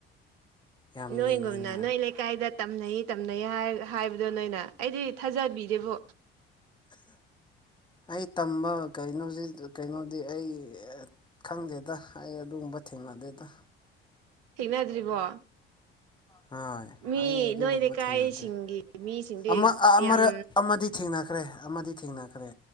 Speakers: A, on the left; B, on the right.
A: ꯌꯥꯝ
B: ꯅꯣꯏ
A: ꯂꯤꯡꯉꯦꯅ
B: ꯒꯨꯝꯗ ꯅꯣꯏ ꯂꯩ ꯂꯩꯀꯥꯏꯗ ꯇꯝꯅꯩ ꯇꯝꯅꯩ ꯍꯥꯏꯕꯗꯣ ꯅꯣꯏꯅ ꯑꯩꯗꯤ ꯊꯥꯖꯕꯤꯗꯦꯕꯣ
A: ꯑꯩ ꯇꯝꯕ ꯀꯩꯅꯣꯁꯤ ꯀꯩꯅꯣꯗꯤ ꯑꯩ ꯈꯪꯗꯦꯗ ꯑꯩ ꯑꯗꯨꯒꯨꯝꯕ ꯊꯦꯡꯅꯗꯦꯗ
B: ꯊꯦꯡꯅꯗ꯭ꯔꯤꯕꯣ
A: ꯍꯣꯏ
B: ꯃꯤ
A: ꯑꯩ ꯑꯗꯨꯒꯨꯝꯕ
B: ꯅꯣꯏ ꯂꯩꯀꯥꯏꯁꯤꯡꯒꯤ
A: ꯊꯦꯡꯅꯗ꯭ꯔꯤ
B: ꯃꯤꯁꯤꯡꯗꯤ
A: ꯑꯃ ꯑꯃꯔꯛ
B: ꯌꯥꯝ
A: ꯑꯃꯗꯤ ꯊꯦꯡꯅꯈ꯭ꯔꯦ ꯑꯃꯗꯤ ꯊꯦꯡꯅꯈ꯭ꯔꯦ